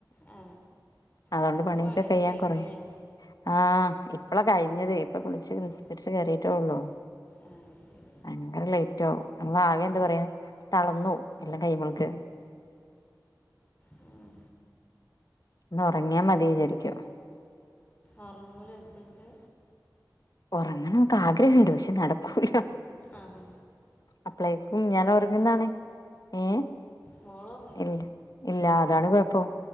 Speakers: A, on the left (about 25°); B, on the left (about 60°).
A: ആ
B: അതൊണ്ട്
A: അതിപ്പോൾ
B: പണിയൊക്കെ കഴിയാൻ
A: കഴിഞ്ഞില്ലേ
B: കൊറേ ആഹ് ഇപ്പളാ കഴിഞ്ഞതേ ഇപ്പൊ കുളിച്ച് നിസ്കരിച്ച്
A: ആ
B: കേറീറ്റൊള്ളു.
A: ആ ശരി
B: ഭയങ്കര ലേറ്റാവും. നമ്മള് ആകെ എന്താ പറയാ തളർന്നു പോവും എല്ലം കഴിയുമ്പോൾക്ക്.
A: ഉം
B: ഒന്ന് ഒറങ്ങിയാ മതി വിചാരിക്കും.
A: ഒറങ്ങൂലെ ഉച്ചക്ക്?
B: ഒറങ്ങണംന്നൊക്കെ ആഗ്രഹണ്ട് പക്ഷെ നടക്കൂല.
A: ആഹ് ഹാ.
B: അപ്ളേക്കും ഞാൻ ഒറങ്ങുന്നാണ്. ഏഹ്?
A: മോള് ഉറങ്ങില്ലേ
B: ഇല്ല ഇല്ല അതാണ് കുഴപ്പം.